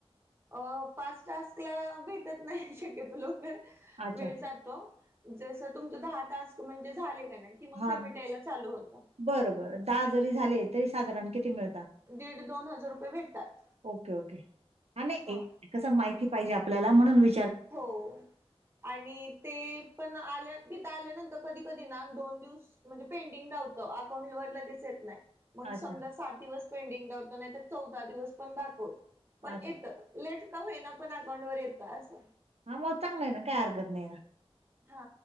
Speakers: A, on the right (about 25°); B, on the right (about 75°).
A: अ पाच टास्क ला भेटत नाही शक्यतो लवकर
B: अच्छा.
A: वेळ जातो जसं तुमचं दहा टास्क म्हणजे झाले का नाही कि मग
B: हां.
A: पेमेंट यायला चालू होता.
B: बरं बर दहा जरी झाले तरी साधारण किती मिळता?
A: दीड दोन हजार रुपये भेटतात.
B: ओके ओके आणि
A: हा
B: कस माहिती पाहिजे आपल्याला म्हणून वि
A: हो आणि ते पण आल्या तिथं आल्यानंतर कधी कधी ना दोन दिवस म्हणजे पेंटिंग दावतं अकाउंट वर लगेच येत नाही. मग
B: अच्छा,
A: समजा सात दिवस पेंडिंग दावत नाही तर चौदा दिवस पण दाखवुन पण
B: अच्छा.
A: येतं. लेट का होईना पण अकाउंट वर येतं असं.
B: हा मग चांगल आहे ना काय हरकत नाहीये ना.
A: हा